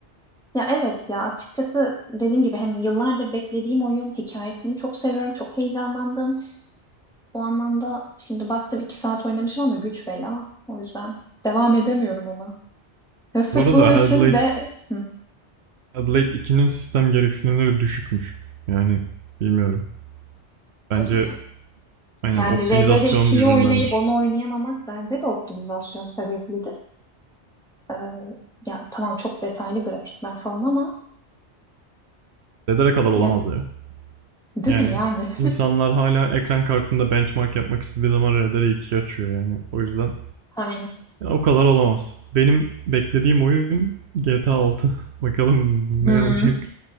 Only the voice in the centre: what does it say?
Ya evet ya açıkçası dediğim gibi hani yıllardır beklediğim oyun hikayesini çok seviyorum çok heyecanlandım. O anlamda şimdi baktım iki saat oynamışım ama güç bela o yüzden devam edemiyorum ona. Ya sırf
bunun için
de Hı.
Öyle mi?
Yani
RDR2'yi
oynayıp onu oynayamamak bence de optimizasyon sebepli Ee, ya tamam çok detaylı grafikler falan ama
bilemedim.
Değil
mi yani?
<laughs> Aynen.
Hmm.